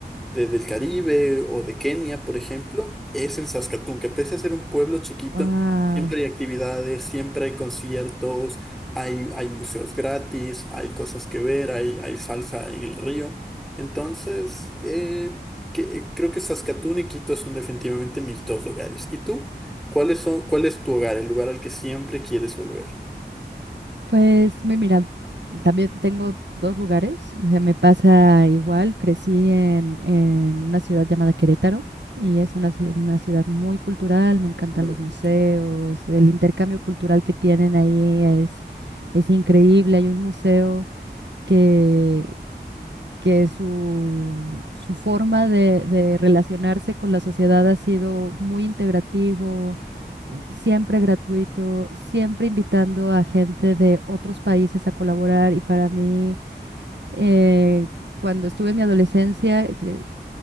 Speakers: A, in the centre; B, on the right.
A: de- del Caribe o de Kenia, por ejemplo, es en Saskatoon, que pese a ser un pueblo chiquito,
B: Wow.
A: siempre hay actividades, siempre hay conciertos, hay, hay museos gratis, hay cosas que ver, hay, hay salsa en el río. Entonces, eh, que- eh, creo que Saskatoon y Quito son definitivamente mis dos hogares. ¿Y tú? ¿Cuáles son, cuál es tu hogar, el lugar al que siempre quieres volver?
B: Pues mi- mira, también tengo dos lugares. o sea, me pasa igual. Crecí en, en una ciudad llamada Querétaro y es una, ciu- una ciudad muy cultural. Me encantan
A: Muy
B: los
A: bonito.
B: museos. El intercambio cultural que tienen ahí es, es increíble. Hay un museo que que su, su forma de, de relacionarse con la sociedad ha sido muy integrativo, siempre gratuito, siempre invitando a gente de otros países a colaborar. Y para mí, eh, cuando estuve en mi adolescencia, eh,